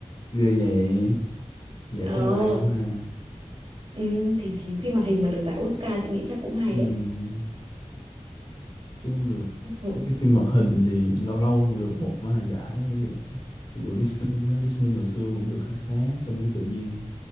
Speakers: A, on the left; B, on the right.
A: ghê vậy vậy
B: ờ
A: là chắc là hay lắm ha
B: ừ, thì thì phim hoạt hình mà được giải Oscar chị nghĩ chắc cũng hay
A: ừ nói
B: đấy
A: chung là
B: Ừ.
A: mấy cái phim hoạt hình thì lâu lâu được một vài giải bây giờ ví dụ Disney đó, Disney hồi xưa cũng được khá khá xong cái tự nhiên